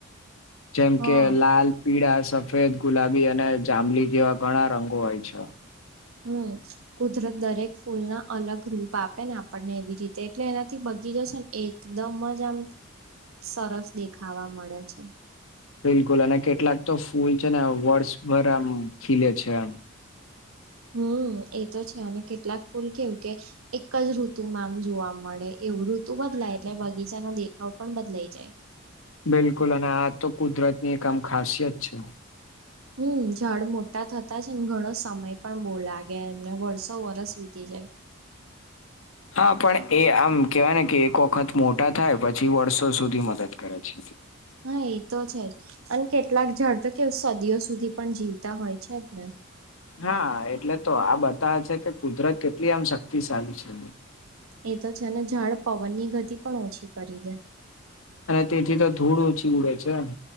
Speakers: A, on the left (about 75°); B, on the right (about 80°).
A: જેમ
B: હા
A: કે લાલ પીળા, સફેદ, ગુલાબી, અને જાંમ્મલી જેવા ઘણા રંગો હોય છે.
B: હમ. કુદરત દરેક ફૂલ ના અલગ રૂપ આપે ને આપણને એવી રીતે એટલે એનાથી બગી જશે ને એકદમ માં જ આમ સરસ દેખાવા મળે છે.
A: બિલકુલ અને કેટલાક તો ફૂલ છે ને વર્ષભર આમ ખીલે છે આમ.
B: હમ એતો છે અને કેટલાક ફૂલ કેવું કે એક જ ઋતુમાં આમ જોવા મળે એવું ઋતુ બદલાય એટલે બગીચાનો દેખાવ પણ બદલાઈ જાય.
A: બિલકુલ અને આ તો કુદરત ની એક આમ ખાસિયત છે.
B: હમ ઝાડ મોટા થતા છે ને ઘણો સમય પણ બો લાગ ગે ને એમ વર્ષો વરસ વીતી જાય.
A: હા પણ એ આમ કેવાય ને કે એક વખત મોટા થાય પછી વર્ષો સુધી મદદ કરે છે.
B: હા એ તો છે જ, અને કેટલાક ડ તો કે સદીઓ સુધી પણ જીવતા હોય છે જ ને,
A: હા એટલે તો આ બતાવે છે કે કુદરત કેટલી આમ શક્તિશાળી છે.
B: એ તો છે ને ઝાડ પવન ની ગતિ પણ ઓછી કરી દે.
A: અને તેથી તો ધૂળ ઓછી ઉડે છે.